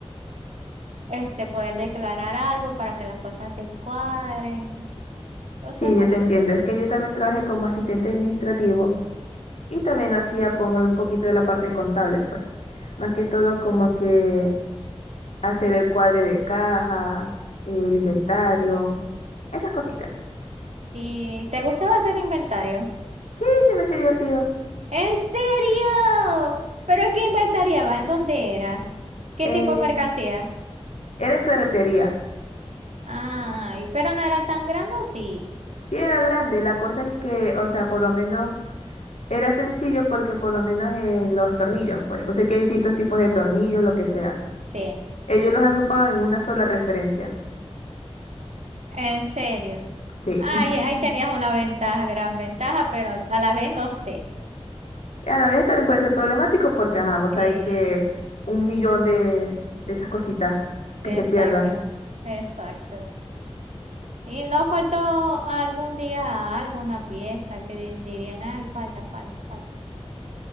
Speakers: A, on the right; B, on the left.
A: este poder declarar algo, para que las cosas te cuadren, cosas
B: Sí, yo
A: así.
B: te entiendo. Es que yo también trabajé como asistente administrativo y también hacía como un poquito de la parte contable, pues. Más que todo como que hacer el cuadre de caja, el inventario, esas cositas.
A: ¿Y te gustaba hacer inventario?
B: Sí, se me hacía divertido.
A: ¿En serio? ¿Pero qué inventariabas? ¿En dónde era? ¿Qué
B: Eh,
A: tipo de mercancía?
B: era en ferretería.
A: Ay, pero no era tan grande, ¿o sí?
B: Sí, era grande. La cosa es que, o sea, por lo menos era sencillo porque por lo menos en los tornillos, pues, pues sé que hay distintos tipos de tornillos, lo que sea.
A: Sí,
B: Ellos los agrupaban en una sola referencia.
A: en serio.
B: Sí.
A: Ay,
B: <laughs>
A: ahí tenías una ventaja, gran ventaja, pero a la vez no sé.
B: Y A la vez también puede ser problemático porque, ajá, vos
A: Eh,
B: sabés que un millón de, de esas cositas
A: Exacto,
B: que se pierdan.
A: exacto. Y no faltó algún día alguna pieza que di- dirían, ay, falta, falta, falta.